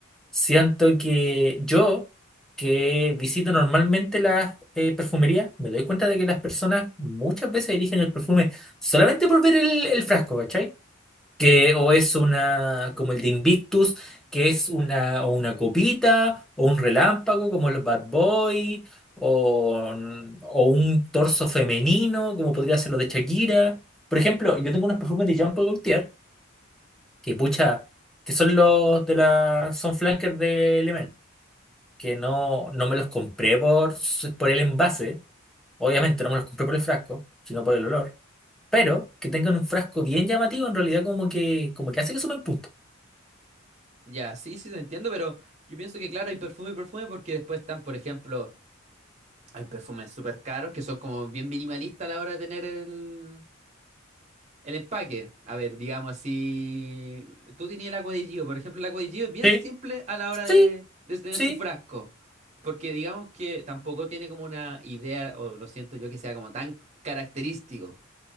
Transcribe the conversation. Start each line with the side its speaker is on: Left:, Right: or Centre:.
Centre: Siento que yo, que visito normalmente las eh, perfumerías, me doy cuenta de que las personas muchas veces eligen el perfume solamente por ver el, el frasco, ¿cachai? Que o es una, como el de Invictus, que es una, o una copita, o un relámpago, como los Bad Boy, o, o un torso femenino, como podría ser lo de Shakira. Por ejemplo, yo tengo unos perfumes de Jean Paul Gaultier, que pucha, que son los de la, son flankers de Le que no, no me los compré por, su- por el envase. Obviamente no me los compré por el frasco, sino por el olor. Pero que tengan un frasco bien llamativo, en realidad como que, como que hace que suben puntos.
Right: Ya, sí, sí, te entiendo, pero yo pienso que claro, hay perfume y perfume porque después están, por ejemplo, hay perfumes súper caros que son como bien minimalistas a la hora de tener el El empaque, a ver, digamos, así, tú tenías el agua de Gio, por ejemplo, el agua de Gio es bien
Centre: Sí.
Right: simple a la hora
Centre: Sí,
Right: de, de tener
Centre: sí,
Right: su frasco, porque digamos que tampoco tiene como una idea, o lo siento yo, que sea como tan característico,